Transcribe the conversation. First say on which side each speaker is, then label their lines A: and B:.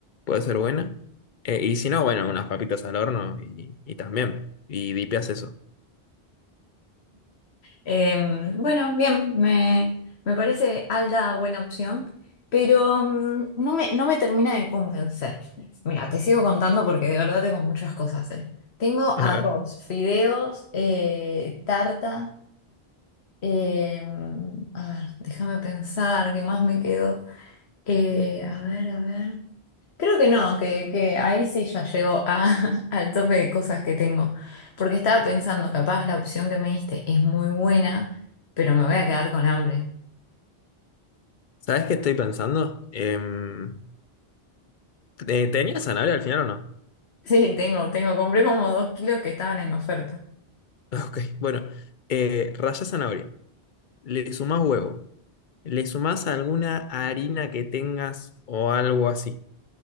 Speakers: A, on the left (about 55°); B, on the left (about 90°).
A: Puede ser buena. Eh, y si no, bueno, unas papitas al horno y, y también. Y DPS eso. <laughs>
B: Em, bueno, bien, me, me parece Alda buena opción, pero mm, no me, no me termina de convencer. Mira, te sigo contando porque de verdad tengo muchas cosas, eh. Tengo
A: A
B: arroz,
A: ver,
B: fideos, eh, tarta. em, a ver, déjame pensar, ¿qué más me quedó? Eh, a ver, a ver. Creo que no, que, que ahí sí ya llegó a, <laughs> al tope de cosas que tengo. Porque estaba pensando, capaz la opción que me diste es muy buena, pero me voy a quedar con hambre. <laughs>
A: ¿sabés qué estoy pensando? Em, eh, ¿tenías zanahoria al final o no?
B: Sí, tengo, tengo. Compré como dos kilos que estaban en oferta.
A: <laughs> Ok, bueno. Eh, rallás zanahoria. Le sumás huevo. Le sumás alguna harina que tengas o algo así.